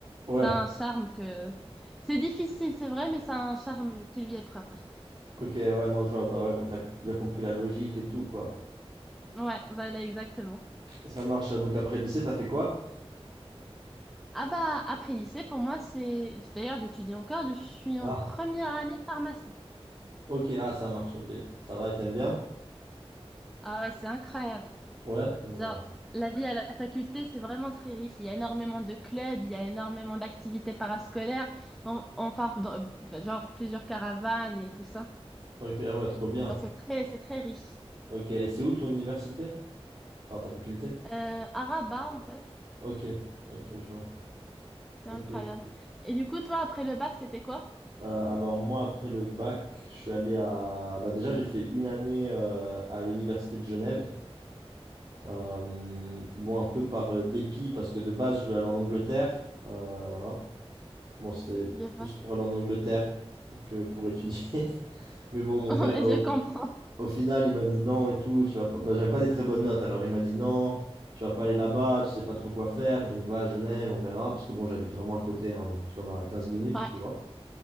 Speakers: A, on the right; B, in the centre.
A: Ouais.
B: Ça a un charme que c'est difficile, c'est vrai, mais ça a un charme qui lui est propre, genre.
A: Ok, ouais, non, je vois. Bah ouais, quand t'as bien compris la logique et tout, quoi.
B: Ouais, voilà, exactement.
A: Ça marche. Donc après le lycée, t'as fait quoi?
B: Ah bah, après lycée, pour moi, c'est... D'ailleurs, j'étudie encore, je suis
A: Ah,
B: en première année pharmacie.
A: Ok, ah, ça marche, ok. Ça va et t'aimes bien?
B: Ah ouais, c'est incroyable.
A: Ouais, bon
B: Genre,
A: bah.
B: la vie à la faculté, c'est vraiment très riche. Il y a énormément de clubs, il y a énormément d'activités parascolaires. On, on part dans, enfin, genre, plusieurs caravanes et tout ça.
A: Ok, ah ouais, trop bien.
B: Genre, c'est très, c'est très riche.
A: Ok, et c'est où ton université? Enfin, ta faculté?
B: Euh, à Rabat, en fait,
A: Ok, ok, je vois.
B: c'est
A: Ok,
B: incroyable.
A: ok.
B: Et du coup, toi, après le bac, c'était quoi?
A: Euh, alors moi, après le bac, je suis allé à... Bah déjà, j'ai fait une année euh, à l'université de Genève. Euh, bon, un peu par euh, dépit, parce que de base, je voulais aller en Angleterre. Euh, voilà. Bon, c'était
B: Je vois.
A: plus pour aller en Angleterre que pour étudier. <laughs> Mais bon,
B: <laughs>
A: mon
B: Ouais,
A: père, euh,
B: je
A: au,
B: comprends.
A: au final, il m'a dit non et tout. Tu vas pas... bah, j'avais pas des très bonnes notes. Alors, il m'a dit non, tu vas pas aller là-bas, tu sais pas trop quoi faire. Donc, va à Genève, on verra. Parce que bon, j'habite vraiment à côté, hein, comme à 15 minutes,
B: Ouais,
A: tu vois.